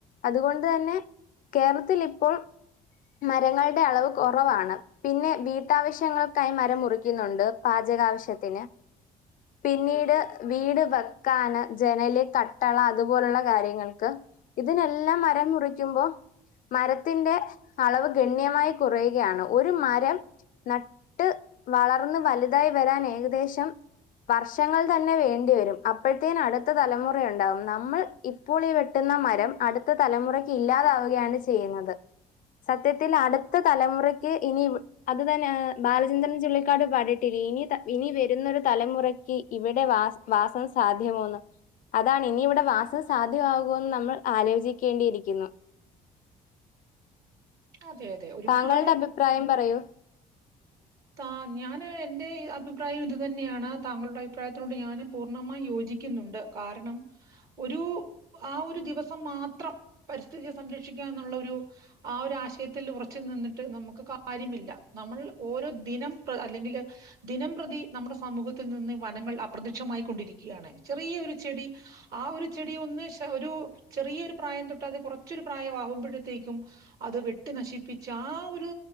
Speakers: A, on the left (about 60°); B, on the right (about 70°).
A: അതുകൊണ്ട് തന്നെ കേരളത്തിലി ഇപ്പോൾ മരങ്ങളുടെ അളവ് കൊറവാണ് പിന്നെ വീട്ടാവശ്യങ്ങൾക്കായി മരം മുറിക്കുന്നുണ്ട് പാചകാവശ്യത്തിന് പിന്നീട് വീട് വെക്കാന് ജനല് കട്ടള അതുപോലുള്ള കാര്യങ്ങൾക്ക് ഇതിനെല്ലാം മരം മുറിക്കുമ്പോ മരത്തിന്റെ അളവ് ഗണ്യമായി കുറയുകയാണ് ഒരു മരം നട്ട് വളർന്ന് വലുതായി വരാൻ ഏകദേശം വർഷങ്ങൾ തന്നെ വേണ്ടിവരും അപ്പോഴത്തേന് അടുത്ത തലമുറയുണ്ടാവും നമ്മൾ ഇപ്പോൾ ഈ വെട്ടുന്ന മരം അടുത്ത തലമുറക്ക് ഇല്ലാതാവുകയാണ് ചെയ്യുന്നത് സത്യത്തിൽ അടുത്ത തലമുറക്ക് ഇനി വെ അത് തന്നെ ബാലചന്ദ്രൻ ചുള്ളിക്കാട് പാടീട്ടിലിനി ഇനി വരുന്നൊരു തലമുറ ക്കി ഇവിടെ വാ വാസം സാധ്യമോന്ന് അതാണ് ഇനിവിടെ വാസം സാധ്യമാകോന്ന് നമ്മൾ ആലോചിക്കേണ്ടിയിരിക്കുന്നു
B: അതെ അതെ ഒരുപാട്
A: താങ്കളുടെ അഭിപ്രായം പറയൂ
B: താ ഞാന് എൻറെ അഭിപ്രായം ഇതു തന്നെയാണ് താങ്കളുടെ അഭിപ്രായത്തിനോട് ഞാനും പൂർണ്ണമായി യോജിക്കുന്നുണ്ട് കാരണം ഒരു ആ ഒരു ദിവസം മാത്രം പരിസ്ഥിതിയെ സംരക്ഷിക്കാന്നുള്ളൊരു ആ ഒരാശയത്തിൽ ഉറച്ച് നിന്നിട്ട് നമുക്ക് കാര്യമില്ല നമ്മൾ ഓരോ ദിനം പ്ര് അല്ലെങ്കില് ദിനം പ്രതി നമ്മുടെ സമൂഹത്തിൽ നിന്ന് വനങ്ങൾ അപ്രത്യക്ഷമായിക്കൊണ്ടിരിക്കയാണ് ചെറിയൊരു ചെടി ആ ഒരു ചെടി ഒന്ന് ശ ഒരു ചെറിയൊരു പ്രായം തൊട്ട് അത് കുറച്ചൊരു പ്രായം ആകുമ്പൊഴത്തേക്കും അത് വെട്ടി നശിപ്പിച്ച ആ ഒരു